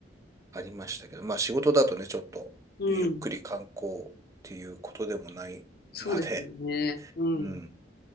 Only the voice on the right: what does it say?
ありましたけど、まあ仕事だとね、ちょっとゆっくり観光っていうことでもないので、
うん。